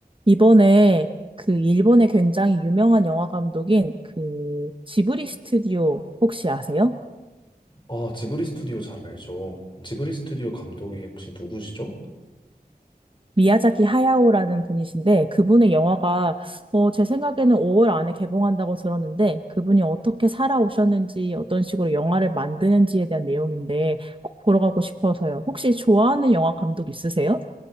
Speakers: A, on the right (about 30°); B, on the left (about 30°).
A: 이번에 그 일본의 굉장히 유명한 영화 감독인 그 지브리 스튜디오 혹시 아세요?
B: 아, 지브리 스튜디오 잘 알죠. 지브리 스튜디오 감독이 혹시 누구시죠?
A: 미야자키 하야오라는 분이신데 그분의 영화가 어, 제 생각에는 5월 안에 개봉한다고 들었는데 그분이 어떻게 살아오셨는지 어떤 식으로 영화를 만드는지에 대한 내용인데 꼭 보러 가고 싶어서요. 혹시 좋아하는 영화 감독 있으세요?